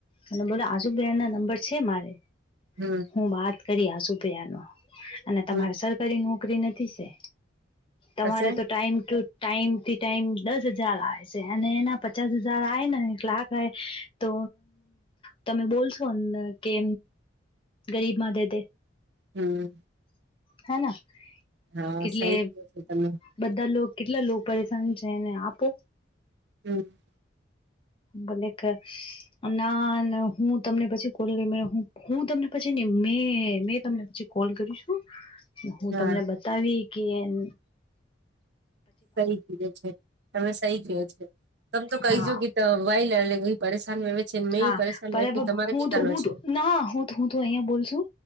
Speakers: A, on the left (about 25°); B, on the right (about 60°).
A: અને બોલો આજુ બિરાની <unintelligible> ના નંબર છે મારે
B: હમ
A: હું વાત કરી સુપિયા ન અને
B: હમ
A: તમારે સરકારી નોકરી નથી સે તમારે
B: પછી
A: તો ટાઈમ ટુ ટાઈમ થી ટાઈમ દસ હજાર આવે છે અને એના પચાસ હજાર આય ને એક લાખ આવે તો તમે બોલશો ને કે ગરીબ મામા દેદ
B: હમ
A: હેના.
B: હા
A: કેટલે
B: સહી કયો છો તમે
A: બધા લોક કેટલા લોક કે પરેશાન છેને આપો
B: હમ.
A: મને કર ના હું તમને પછી કોલ હું તમને પછી મે મેં તમને પછી કોલ કરીશું.
B: <inaudible>
A: હું
B: હા
A: તમને બતાવી કે એમ
B: સહી કીધું છે તમે સહી કયો છે તમ તો કહીજો
A: હા
B: કે <unintelligible> વવે છે મે
A: હા
B: પરેશાન
A: પણ
B: વવે છું તમારે
A: હું
B: કઈ
A: તો
B: કરનો
A: હું
B: છે
A: ના હું હું તો અહિયા બોલ છું